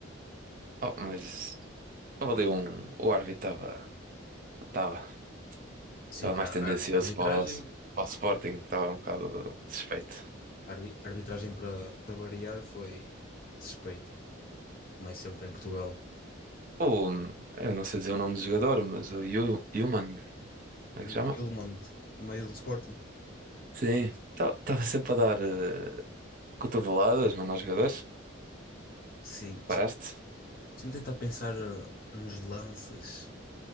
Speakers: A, on the right (about 45°); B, on the left (about 45°).
A: Oh, mas estava ali um. O árbitro estava estava
B: Sim,
A: estava mais
B: a
A: tendencioso
B: ar- arbitragem,
A: para o, para o Sporting, que estava um bocado suspeito.
B: arbi- arbitragem para para variar foi suspeita, como é sempre em Portugal.
A: O, eu não sei dizer o nome do jogador, mas o Yu- Yuman, como é
B: O
A: que se chama?
B: Ilmond, o meio do Sporting.
A: Sim, estava sempre a dar. eh, Cotoveladas, mano, aos jogadores.
B: Sim,
A: Paraste.
B: deixa- deixa-me tentar pensar eh, nos lances.